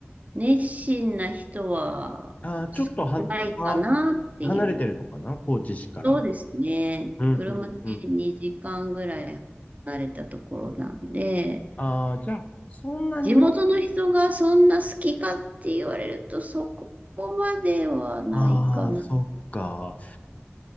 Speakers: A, on the right (about 35°); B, on the left (about 35°).
A: 熱心な人は少ないかなっていう。
B: ああ、ちょっとは、は、離れてるのかな高知市からは。
A: そうですね。
B: うんうんうん。
A: 車で2時間ぐらい離れたところなんで、
B: ああ、じゃあ、そんなに、
A: 地元の人がそんな好きかって言われると、そこまではないかな。
B: ああ、そっか。